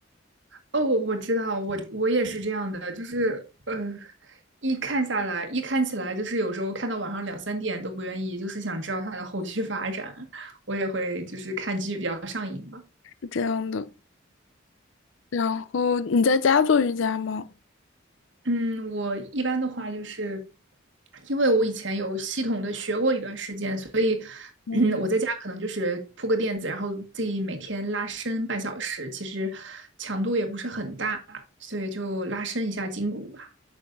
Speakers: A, on the right; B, on the left.
A: 哦，我我知道，我我也是这样的，就是呃，一看下来，一看起来，就是有时候看到晚上两三点都不愿意，就是想知道它的后续发展，我也会就是看剧比较上瘾吧。
B: 是这样的。然后你在家做瑜伽吗？
A: 嗯，我一般的话就是，因为我以前有系统的学过一段时间，所以
B: 嗯，
A: 嗯，<clears throat> 我在家可能就是铺个垫子，然后自己每天拉伸半小时，其实强度也不是很大，所以就拉伸一下筋骨吧。